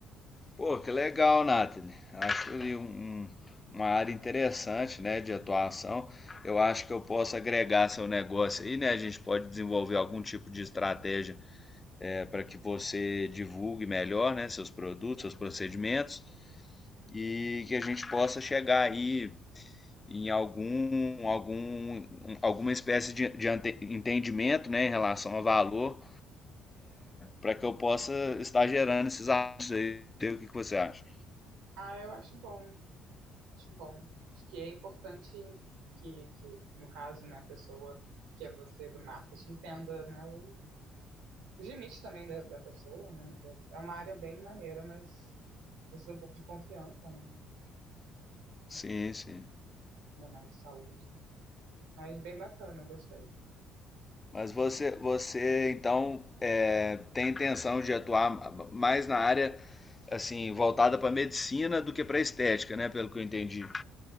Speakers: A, on the left; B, on the right.
A: Pô, que legal, Nathalie. Acho ali um, um- uma área interessante, né? De atuação. Eu acho que eu posso agregar seu negócio aí, né? A gente pode desenvolver algum tipo de estratégia é, para que você divulgue melhor, né, seus produtos, seus procedimentos e que a gente possa chegar aí em algum, algum alguma espécie de, de ante- entendimento né, em relação ao valor para que eu possa estar gerando esses atos aí. O que que você acha?
B: Ah, eu acho bom, acho bom. Acho que é importante que, que no caso, né, a pessoa que é você do marketing entenda, né, o, os limites também da, da pessoa, né? Deve- É uma área bem maneira, mas Precisa um pouco de confiança, né?
A: Sim, sim.
B: Ainda mais de saúde. Mas bem bacana, eu gostei.
A: Mas você, você então é, tem intenção de atuar mais na área assim voltada para medicina do que para estética, né? Pelo que eu entendi.